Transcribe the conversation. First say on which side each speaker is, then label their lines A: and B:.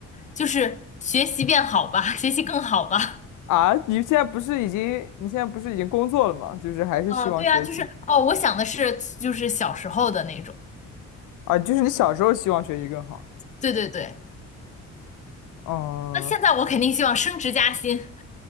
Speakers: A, on the left; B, on the left.
A: 就是学习变好吧，<laughs> 学习更好吧。
B: 啊，你现在不是已经，你现在不是已经工作了吗？就是还是希望学习
A: 啊，对啊，就是哦，我想的是就是小时候的那种。
B: 啊，就是你小时候希望学习更好。
A: 对对对，
B: 嗯，
A: 那现在我肯定希望升职加薪。